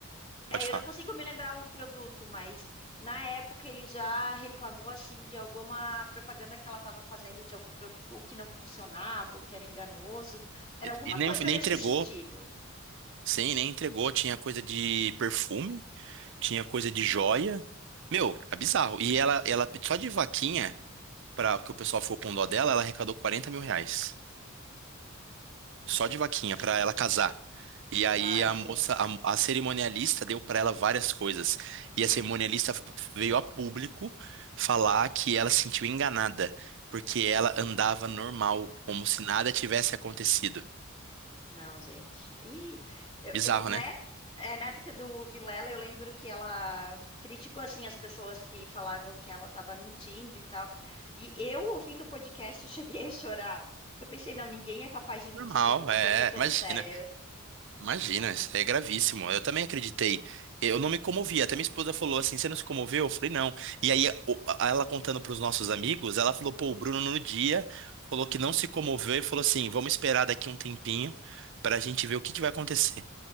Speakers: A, on the left (about 30°); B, on the right (about 60°).
A: É,
B: Pode falar.
A: eu não consigo me lembrar o produto, mas na época ele já reclamou assim de alguma propaganda que ela estava fazendo de algum produto que não funcionava, ou que era enganoso. Era alguma
B: E nem,
A: coisa
B: nem
A: nesse
B: entregou.
A: sentido.
B: Sim, nem entregou. Tinha coisa de perfume. tinha coisa de joia. Meu, é bizarro. E ela, ela só de vaquinha, pra, porque o pessoal ficou com dó dela, ela arrecadou 40 mil reais. Só de vaquinha, pra ela casar. E aí
A: Ai,
B: a
A: gente.
B: moça, a, a cerimonialista deu pra ela várias coisas. E a cerimonialista f- veio a público falar que ela se sentiu enganada, porque ela andava normal, como se nada tivesse acontecido.
A: Não, gente. E eu-
B: Bizarro,
A: porque na
B: né?
A: época, na época do Vilela, eu lembro que ela criticou assim as pessoas que falavam que ela estava mentindo e tal. E eu ouvindo o podcast <laughs> cheguei a chorar. Eu pensei, não, ninguém é capaz de mentir
B: Normal,
A: sobre uma
B: é,
A: coisa tão
B: imagina.
A: séria.
B: Imagina,
A: Ai, não.
B: isso é gravíssimo. Eu também acreditei. Eu não me comovi. Até minha esposa falou assim: você não se comoveu? Eu falei, não. E aí, o- a- ela contando para os nossos amigos, ela falou: pô, o Bruno no dia falou que não se comoveu e falou assim: vamos esperar daqui um tempinho para a gente ver o que que vai acontecer.